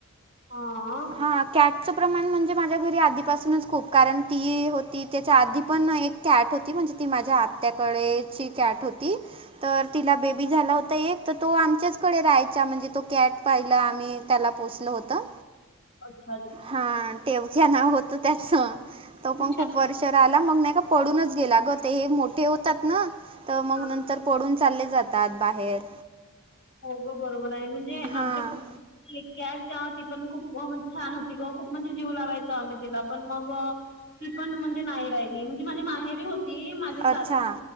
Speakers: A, on the left; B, on the right.
A: हां.
B: हा कॅट. कॅटच प्रमाण म्हणजे माझ्या घरी आधीपासूनच खूप. कारण ती होती त्याच्या आधी पण एक. कॅट होती. म्हणजे ती माझ्या आत्याकडेची कॅट होती. तर तिला बेबी झाला होता. एक तर तो आमच्याचकडे राहायचा म्हणजे तो कॅट. पहिलं आम्ही त्याला पोसलं होतं.
A: <unintelligible>
B: हा टेवक्या नाव होतं. त्याच तो पण
A: छान.
B: खूप. वर्ष राहिला मग नाही का पडूनच गेला गं ते मोठे होतात ना. तर मग
A: हां.
B: नंतर पडून चाले जातात बाहेर.
A: हो गं बरोबर आहे म्हणजे
B: हां.
A: आमच्या ती कॅट <unintelligible> ती पण खूप म्हणजे छान होती गं खूप म्हणजे जीव लावयचो तिला पण मग ती पण म्हणजे नाही राहीली म्हणजे माझे माहेरी हो ती माझ्या सासरी
B: अच्छा.